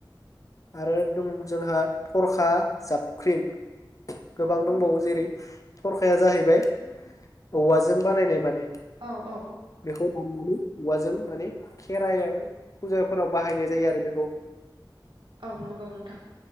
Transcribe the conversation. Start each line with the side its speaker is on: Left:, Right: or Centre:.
Left: आरो दं जोंहा थरखा जाबख्रिं गोबां दंबावो जेरै थरखाया जाहैबाय औवाजों बानायनाय माने।
Right: औ औ
Left: बेखौ दामनानै औवाजों माने खेराइआव फुजाफोराव बाहायनाय जायो आरो बेखौ।
Right: औ नंगौ नोंथां।